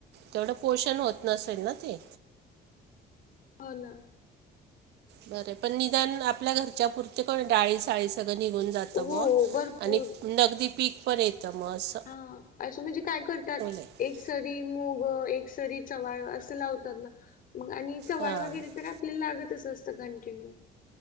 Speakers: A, on the right; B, on the left.
A: तेवढं पोषण होत नसेल ना ते
B: हो ना
A: बर पण निदान आपल्या घरच्या पुुरते काय डाळी साळी सगळं निघून जातं
B: हो भरपूर
A: आणि नगदी पीक पण येत मस्
B: हा असं म्हणजे काय करतात
A: आहे
B: एक सरी मुग, एक सरी चवाळ, असं लावतात ना मग आणि चवाळ
A: हां
B: वगैरे, तर आपल्याला लागतच असतं कंटिन्यू